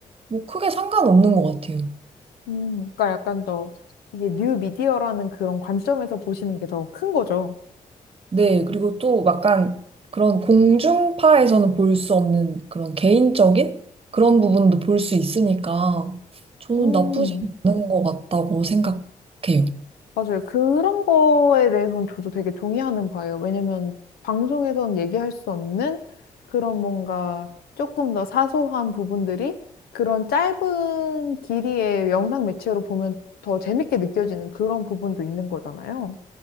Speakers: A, on the right; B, on the left.
A: 뭐 크게 상관없는 것 같아요.
B: 음, 그러니까 약간 더 이게 뉴 미디어라는 그런 관점에서 보시는 게 더 큰 거죠.
A: 네, 그리고 또 약간 그런 공중파에서는 볼 수 없는 그런 개인적인 그런 부분도 볼 수 있으니까 저는
B: 음.
A: 나쁘지 않은 것 같다고 생각해요.
B: 맞아요. 그런 거에 대해서는 저도 되게 동의하는 바예요. 왜냐면 방송에선 얘기할 수 없는 그런 뭔가 조금 더 사소한 부분들이 그런 짧은 길이의 영상 매체로 보면 더 재밌게 느껴지는 그런 부분도 있는 거잖아요.